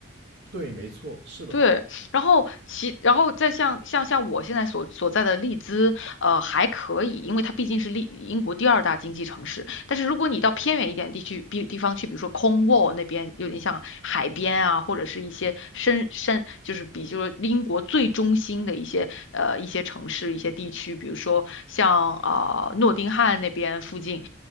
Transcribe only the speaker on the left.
对，然后其然后再像像像我现在所所在的利兹，呃，还可以，因为它毕竟是利英国第二大经济城市。但是如果你到偏远一点地区，比地方去，比如说空沃那边，有点像海边啊，或者是一些深深，就是比就是英国最中心的一些呃一些城市、一些地区，比如说像呃诺丁汉那边附近，